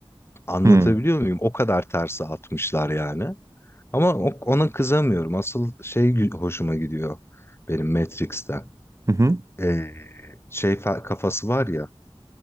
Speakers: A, on the left; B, on the right.
A: Anlatabiliyor
B: Hmm.
A: muyum? O kadar terse atmışlar yani. Ama o- ona kızamıyorum. Asıl şey gü- hoşuma gidiyor benim Matrix'te.
B: Hı hı.
A: Ee, şey fa- kafası var ya.